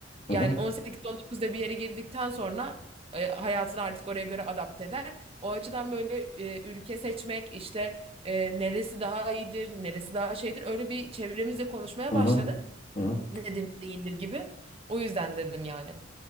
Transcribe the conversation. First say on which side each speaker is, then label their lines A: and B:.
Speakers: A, on the left; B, on the right.
A: Hı
B: Yani
A: hı.
B: 18-19'da bir yere girdikten sonra e, hayatını artık oraya göre adapte eder. O açıdan böyle e, ülke seçmek işte e, neresi daha iyidir, neresi daha şeydir öyle bir çevremizle konuşmaya
A: Hı
B: başladık.
A: hı. Hı hı.
B: Nedir ne değildir gibi. O yüzden dedim yani.